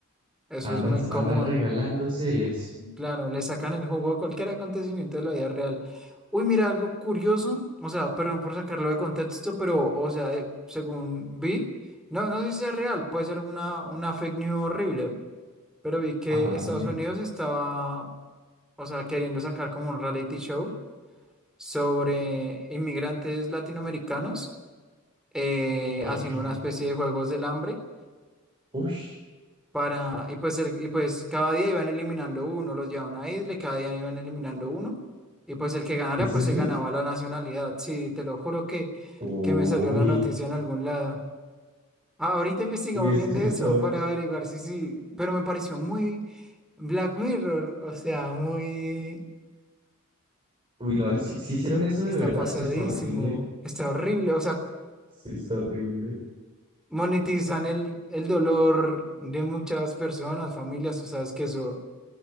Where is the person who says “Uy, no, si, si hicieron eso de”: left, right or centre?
Right